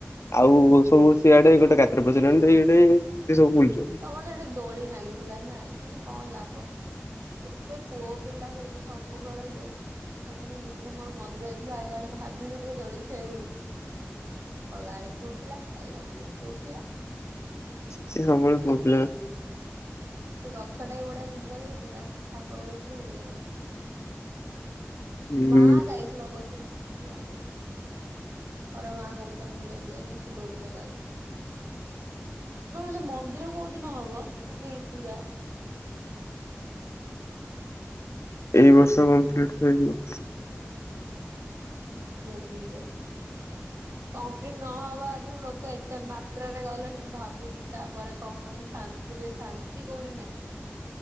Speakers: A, on the left; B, on the right.
A: ଆଉ ସବୁ ସିଆଡେ ଗୋଟେ କାତ ପ୍ରଚଣିଇଡେ ସିଏ ସବୁ ବୁଲଚ
B: ତମର ସେଠି ଦୋଳି ଲାଗିଥିଲା ନା କିନ୍ତୁ କଣ ଲାଭ ଏତେ ପୁଅ ପିଲା ସେଇଠି ସବୁବେଳେ ଯେ ସେଦିନ ଦିଦିନ ମୋର ମନରେ ଯାଇଥିଲୁ ଆଇଲା ବେଳେ ଭାବିଲୁ ଟିକେ ଦୋଳି ଖେଳେଇିବୁ। କଲାବେଳେ ପୁଅ ପିଲା ଖାଇଲାବେୁଳି ପୁଅ ପିଲା
A: ସେତେ ସବୁବେଳେ ପିଲା
B: ସେ ଗଛ ଟା ବି ବଢିଆ ସୁନ୍ଦର ହେଇଥିଲା ଫଟୋ ଉଠେଇଥିଲ ବଢିଆ ହେଇଥିଲା
A: ଉଁ
B: ମା ଯାଇଥିଲା ବୋଧେ ଜାଣିନି। ପରେ ମା ଆ ଗଉତଥିଲା ଗୁଡ଼ ଲ ଯାଇଥିଲଥିଲା ଦଡଡ଼ି ଲଗାଥିଲେ ତମର ମନ୍ଦିର କୋଉ ଦିନ ହବ ମାନେ ପୁରା
A: ଏଇ ବର୍ଷ କମ୍ପ୍ଲିଟ ଇଯିବ
B: ଜଲଦି ଜଲଦି ଯାଉ କମ୍ପ୍ଲିଟ ନହବା ଆଗରୁ ଲୋକ ଏତେ ମାତ୍ରାରେ ଗଲେଣି ମୁଁ ଭାବୁଛି ତାପରେ କଣ ହବ ଶାନ୍ତି ସ୍ରେ ଶାନ୍ତି କେଉଁଠି ନାହିଁ